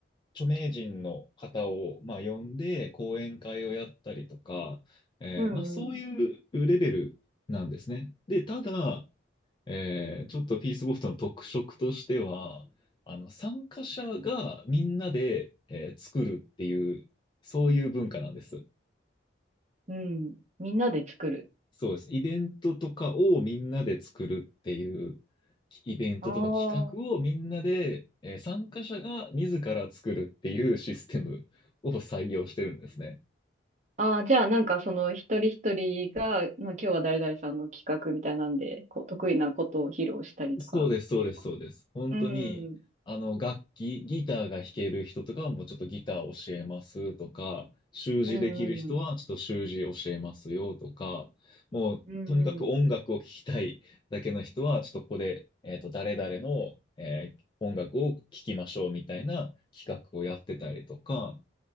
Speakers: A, on the left; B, on the right.
A: 著名人の方を、まあ、呼んで講演会をやったりとか、えーまあ、
B: うんうん。
A: そういうレベルなんですね。で、ただ、えーちょっとピースボフトの特色としては、あの、参加者がみんなで、えー作るっていう、そういう文化なんです。
B: うん。みんなで作る。
A: そうです。イベントとかをみんなで作るっていう、イベントとか企画をみんなで、
B: ああ。
A: えー参加者が自ら作るっていうシステムを採用してるんですね。
B: ああ、じゃあなんかその一人一人が、まあ、今日は誰々さんの企画みたいなんで、こう得意なことを披露したりとかっていうこと。
A: そうです、そうです、そうです。本当に、
B: うん。
A: あの、楽器、ギターが弾ける人とかはもうちょっとギター教えますとか、習字できる人はちょっと習字教えますよとか、
B: うんうん。
A: もうとにかく音楽を聴きたいだけの人は、
B: うんうん。
A: ちょっとここで、えっと、誰々の、えー音楽を聴きましょうみたいな企画をやってたりとか、